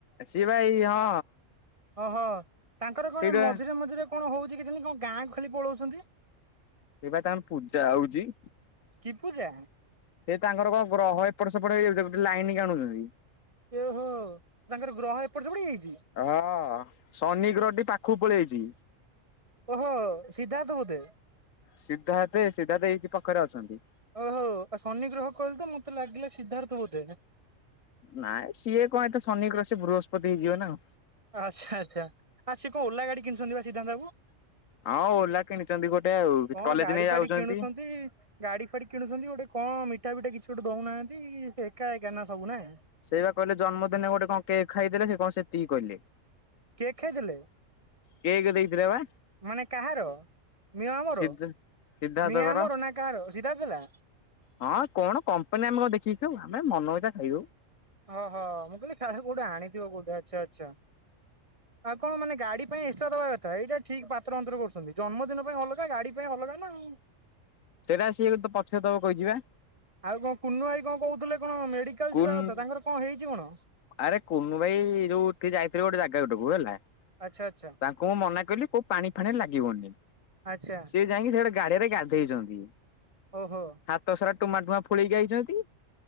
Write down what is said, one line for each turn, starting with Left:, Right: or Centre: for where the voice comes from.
Left: ସେ ବା ଏଇ ହଁ
Right: ଓଃହ ତାଙ୍କର କଣ
Left: ସେଇଟା
Right: ମଝିରେ ମଝିରେ କଣ ହଉଚି କେଜାଣି କଣ ଗାଁ କୁ ଖାଲି ପଳଉଛନ୍ତି।
Left: ଏ ବା ତାନ ପୂଜା ହଉଛି।
Right: କି ପୂଜା?
Left: ଏ ତାଙ୍କର କ ଗ୍ରହ ଏପଟ ସେପଟ ହେଇଯାଉଛି ଗୋଟେ ଲାଇନିକି ଆଣୁଛନ୍ତି।
Right: ଏହୋ ତାଙ୍କର ଗ୍ରହ ଏପଟ ସେପଟ ହେଇଆଇଚି।
Left: ଅ ହଁ ଶନି ଗ୍ରହଟି ପାଖକୁ ପଳେଇଛି।
Right: ଓହୋ ସିଦ୍ଧାର୍ଥ ବୋଧେ?
Left: ସିଦ୍ଧାର୍ଥ ସିଧାର୍ଥ ଏଇକି ପାଖରେ ଅଛନ୍ତି।
Right: ଓହୋ ଆ ଶନି ଗ୍ରହ କହିଲେ ତ ମତେ ଲାଗିଲା ସିଦ୍ଧାର୍ଥ ବୋଧେ।
Left: ନାଇଁ ସିଏ କ ଏତେ ଶନି କର ସେ ବୃହସ୍ପତି ଗିଅ ନା ଆ
Right: ଆଚ୍ଛା ଆଚ୍ଛା ଆ ସିଏ କଣ ଓଲା ଗାଡି କିଣିଛନ୍ତି ବା ସିଦ୍ଧାନ୍ତ ବାବୁ।
Left: ହଁ ଓଲା କିଣିଛନ୍ତି ଗୋଟେ ଆଉ
Right: କଣ
Left: କଲେଜ
Right: ଗାଡି
Left: ନେଇ
Right: ଫାଡି
Left: ଯାଉଛନ୍ତି।
Right: କିଣୁଛନ୍ତି। ଗାଡି ପାଡି କିଣୁଛନ୍ତି ଗୋଟେ କଣ ମିଠା ବିଠା କିଛି ଗୋଟେ ଦଉନାହାନ୍ତି ଏକା ଏକାନା ସବୁ ନା।
Left: ସେ ବା କହିଲେ ଜନ୍ମଦିନେ ଗୋଟେ କଣ କେକ୍ ଖାଇଦେଲେ ସେ କଣ ସେତିକି କହିଲେ।
Right: କେକ୍ ଖାଇଦେଲେ?
Left: କେକ୍ ଦେଇଥିଲେ ବା।
Right: ମାନେ କାହାର ମିଅମର?
Left: ସିଧା ସିଦ୍ଧାର୍ଥଙ୍କର
Right: ମିଆଁ ମୋର ନା କା ର ସିଧା ଥିଲା।
Left: ହଁ କଣ କମ୍ପାନୀ ଆମେ କ ଦେଖିକିଉ ଆମେ ମନଇଚା ଖାଇଦଉ।
Right: ଓହୋ ମୁଁ କିଇଲି କାଳେ କଉଟି ଆଣିଥିବ କଉଟ ଆଚ୍ଛା ଆଚ୍ଛା। ଆ କଣ ମାନେ ଗାଡି ପାଇଁ ଏକ୍ସଟ୍ରା ଦବା କଥା ଏଇଟା ଠିକ ପାତ୍ର ଅନ୍ତର କରୁଛନ୍ତି ଜନ୍ମଦିନ ପାଇଁ ଅଲଗା ଗାଡି ପାଇଁ ଅଲଗା ନା ଆଉ।
Left: ସେଇଟା ସିଏ ଗେ ପଛରେଦେବ କହିଛି ବା
Right: ଆଉ କଣ କୁନୁ ଭାଇ କଣ କହୁଥିଲେ କଣ ମେଡିକାଲ
Left: କୁନ୍
Right: ଯିବା କଥା ତାଙ୍କର କଣ ହେଇଛି କଣ?
Left: ଆରେ କୁନୁ ଭାଇ ଯୋଉଠି ଯାଇଥିବ ଗୋଟେ ଜାଗା ଗୋଟକୁ ହେଲା।
Right: ଆଚ୍ଛା ଆଚ୍ଛା
Left: ତାଙ୍କୁ ମୁଁ ମନା କଲି କୋଉ ପାଣି ଫାଣିରେ ଲାଗିବନି
Right: ଆଚ୍ଛା
Left: ସେ ଯାଇକି ସେ ଗଟେ ଗାଡିଆରେ ଗାଧେଇଛନ୍ତି।
Right: ଓହୋ।
Left: ହାତସାରା ଟୁମା ଟୁମାଁ ଫୋଳିକି ଆଇଚନ୍ତି।